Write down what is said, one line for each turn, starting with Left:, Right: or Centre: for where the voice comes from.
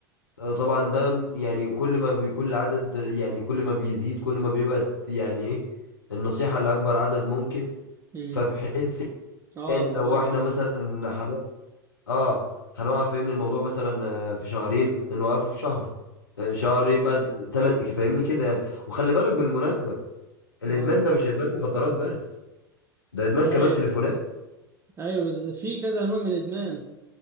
Left: آه، طبعا ده يعني كل ما بيكون العدد يعني كل ما بيزيد كل ما بيبقى يعني ايه النصيحة لأكبر عدد ممكن
Right: امم
Left: فبحيث
Right: اه
Left: يعني لو
Right: تمام
Left: احنا
Right: تمام
Left: مثلا هن... اه هنوقف فاهمني الموضوع مثلا آه، في شهرين نوقفه في شهر آه، شهر يبقى ثلاث فاهمني كده يعني وخلي بالك بالمناسبة الإدمان
Right: اه
Left: ده مش إدمان مخدرات بس ده إدمان
Right: ايوه
Left: كمان تليفونات
Right: ايوه بس في كذا نوع من الادمان